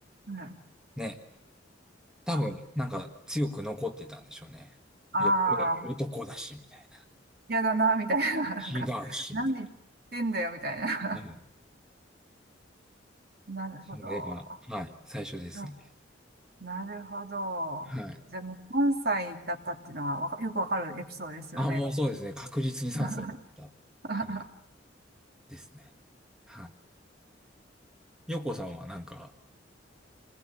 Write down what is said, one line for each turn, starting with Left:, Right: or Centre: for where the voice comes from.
Right: はい。
Centre: ね、多分なんか強く残ってたんでしょうね。
Right: ああー、
Centre: いや、俺男だし、みたいな。
Right: 嫌だな、みたいな。<laughs> なんか、
Centre: 違うし、
Right: なんで言ってんだよ、
Centre: みたい
Right: みたいな。
Centre: な。うん、
Right: <laughs> なるほど。
Centre: それが、はい、最初ですね。
Right: うんなるほど。
Centre: はい。
Right: じゃあもう関西だったっていうのはわかよくわかるエピソードですよね。
Centre: あ、もうそうですね。確実に賛成だった。
Right: <laughs> は
Centre: はい。ですね。はい。洋子さんはなんか、